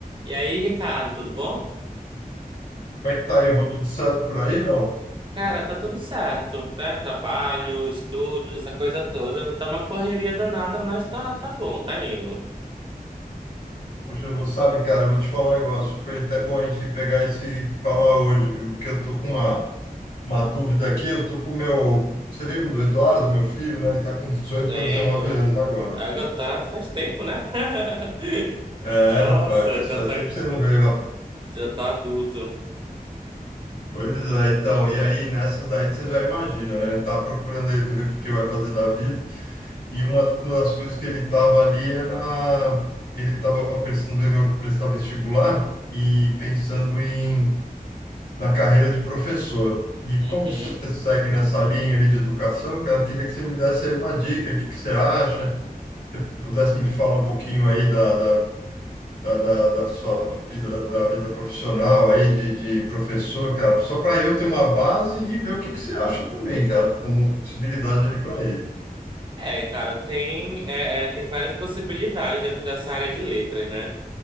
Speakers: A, on the right; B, on the left.
A: E aí, Ricardo, tudo bom?
B: Como é que tá aí? Vou tudo certo por aí? Não.
A: Cara, tá tudo certo, né? Trabalho, estudos, essa coisa toda. Tá uma correria danada, mas tá, tá bom, tá indo.
B: Poxa, eu vou sabe, cara, eu vou te falar um negócio. Foi até bom a gente pegar esse falar hoje, viu? Porque eu tô com uma, uma dúvida aqui. Eu tô com o meu. Você lembra do Eduardo, meu filho, né? Ele tá com 18
A: Lembro.
B: para 19 anos agora,
A: A água
B: né?
A: tá faz tempo, né? <laughs>
B: É,
A: Nossa,
B: rapaz,
A: já
B: faz
A: tá,
B: tempo que você não veio, rapaz.
A: já tá adulto.
B: Pois é, então. E aí, nessas daí você já imagina, né? Ele tá procurando aí ver o que que vai fazer da vida. E uma, uma das coisas que ele estava ali era. Ele estava precisando vendo prestar vestibular e pensando em na carreira de professor. E
A: Uhum.
B: como você segue nessa linha ali de educação, cara, eu queria que você me desse aí uma dica, o que que você acha, pudesse me falar um pouquinho aí da, da, da, da, da sua vida, da vida profissional aí de, de professor, cara, só para eu ter uma base e ver o que que você acha também, cara, como possibilidade ali para ele.
A: É, cara, tem, é, é, tem várias possibilidades dentro dessa área de letras, né?